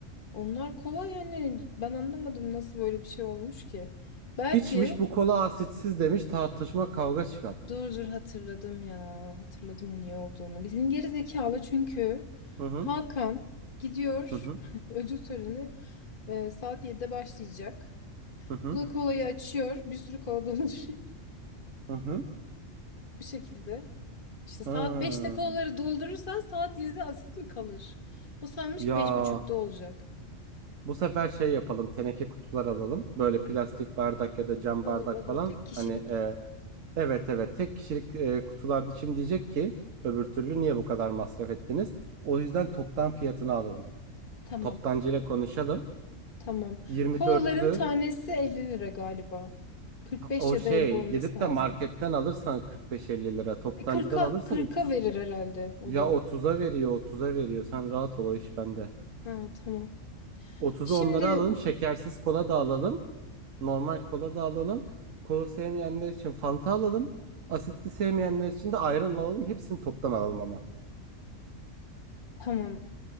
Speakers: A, on the left; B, on the right.
A: onlar kolay yani ben anlamadım nasıl böyle bir şey olmuş ki. Belki
B: İçmiş bu kola asitsiz demiş tartışma kavga çıkartmış.
A: dur dur hatırladım ya hatırladım o niye olduğunu. Bizim geri zekalı çünkü
B: Hı hı
A: Hakan gidiyor
B: hı hı
A: <laughs> ödül töreni e, saat 7'de başlayacak.
B: hı hı
A: Bu da kolayı açıyor bir sürü kola dolduruyor
B: hı. hı.
A: <laughs> bu şekilde. İşte saat
B: Hı.
A: beşte kolaları doldurursan saat yedide asit mi kalır? O sanmış
B: Ya
A: ki beş buçukta olacak.
B: bu sefer şey yapalım teneke kutular alalım böyle plastik bardak ya da cam
A: Olur
B: bardak
A: olur
B: falan
A: tek kişilik.
B: hani e, evet evet tek kişilik e, kutularda şimdi diyecek ki öbür türlü niye bu kadar masraf ettiniz o yüzden toptan fiyatını alalım.
A: Tamam.
B: Toptancıyla konuşalım.
A: Tamam.
B: 24'lü
A: Kolaların tanesi 50 lira galiba. 45
B: o
A: ya
B: şey
A: da 50 olması
B: gidip
A: lazım.
B: de marketten alırsan 45-50 lira. Toptancıdan
A: E 40'a
B: alırsan
A: 40'a
B: 3
A: verir herhalde o
B: ya
A: da.
B: otuz'a veriyor otuz'a veriyor. Sen rahat ol o iş bende.
A: Ha, tamam.
B: 30'u
A: Şimdi
B: onları alalım. Şekersiz kola da alalım. Normal kola da alalım. Kola sevmeyenler için Fanta alalım. Asitli sevmeyenler için de ayran alalım. Hepsini toptan alalım ama.
A: <clears throat> tamam.